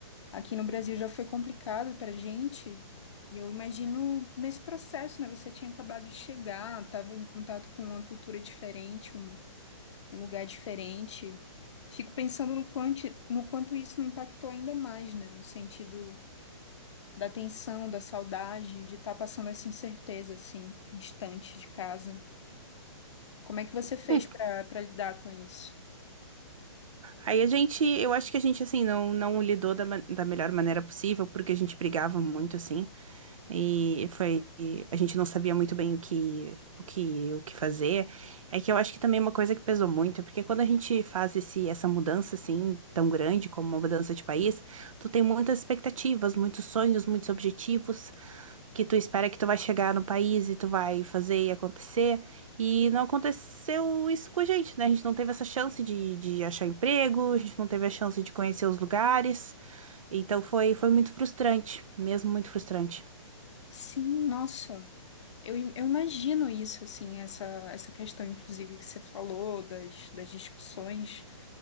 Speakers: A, on the left; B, on the right.
A: Aqui no Brasil já foi complicado para gente, e eu imagino nesse processo, né? Você tinha acabado de chegar, estava em contato com uma cultura diferente, um, um lugar diferente. Fico pensando no quanto, no quanto isso não impactou ainda mais, né? No sentido da tensão, da saudade, de estar passando essa incerteza, assim, distante de casa. Como é que você fez
B: Hum,
A: para para lidar com isso?
B: Aí a gente, eu acho que a gente, assim, não, não lidou da, ma- da melhor maneira possível, porque a gente brigava muito, assim. E foi, a gente não sabia muito bem o que, o que, o que fazer. É que eu acho que também é uma coisa que pesou muito, é porque quando a gente faz esse, essa mudança assim, tão grande como uma mudança de país, tu tem muitas expectativas, muitos sonhos, muitos objetivos que tu espera que tu vai chegar no país e tu vai fazer e acontecer. E não aconteceu isso com a gente, né? A gente não teve essa chance de, de achar emprego, a gente não teve a chance de conhecer os lugares. Então foi, foi muito frustrante, mesmo muito frustrante.
A: Sim, nossa. Eu, im- eu imagino isso, assim, essa, essa questão, inclusive, que você falou das, das discussões.